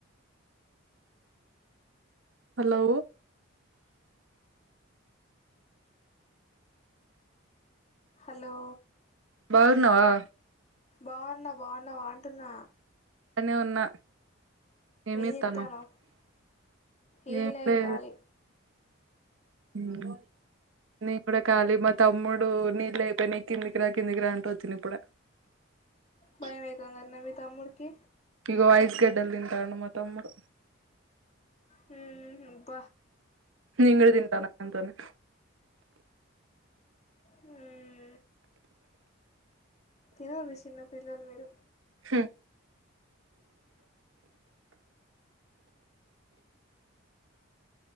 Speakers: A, on the right (about 70°); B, on the left (about 30°).
A: హలో
B: హలో
A: బాగున్నావా
B: బావున్నా బావున్నా బావుంటున్నా
A: అట్లనే ఉన్నా ఏమ్
B: ఏం చేత్తానవ్
A: త్తను
B: ఏం
A: ఏమ్ లే
B: ఖాళీ
A: ఉ నేను కూడా కాలీ మా తమ్ముడు నీళ్ళు అయిపోయినాయి కిందికిరా కిందికిరా అంటే వచ్చిన ఇప్పుడే <inaudible>
B: భయం అయితోందన్న మీ తమ్ముడికి
A: ఇగో ఐస్ గడ్డలు తింటాండు మా తమ్ముడు
B: హ అబ్బ
A: నేను కూడా తింటన వాంతోని
B: హ్మ్మ్ తినాలి చిన్న పిల్లలు మీరు
A: హ